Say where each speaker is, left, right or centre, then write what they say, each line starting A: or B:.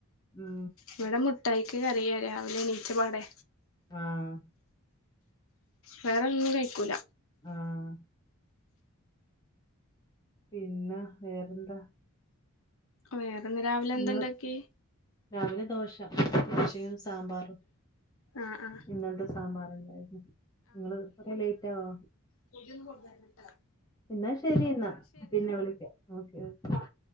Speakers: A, on the left; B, on the left.
A: ഉം
B: ഇവിടെ മുട്ടായിക്ക് കരയ്യാ രാവിലെ എണീറ്റപാടെ
A: ആഹ്
B: വേറൊന്നും കഴിക്കൂല
A: ആഹ് പിന്നാ വേറെന്താ
B: വേറൊന്ന് രാവിലെ എന്ത്ണ്ടാക്കി
A: നിങ്ങള് രാവിലെ ദോശ ദോശയും സാമ്പാറും
B: ആഹ് ആഹ്
A: ഇന്നൽത്തെ സാമ്പാറൊണ്ടായിരുന്നു നിങ്ങള് കൊറേ ലേറ്റാവോ
B: പുതിയത് കൊണ്ടരണട്ടോ
A: എന്നാ ശരി എന്നാ പിന്നെ വിളിക്കാം ഓകെഓ ആഹ്